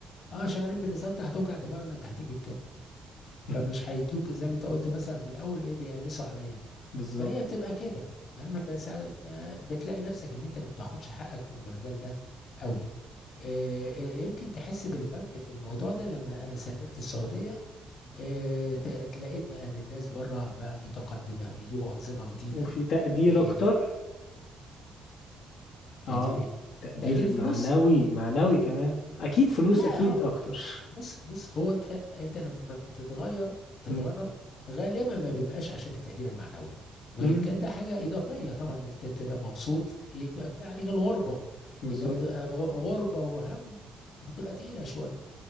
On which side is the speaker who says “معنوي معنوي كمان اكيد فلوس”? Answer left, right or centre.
Left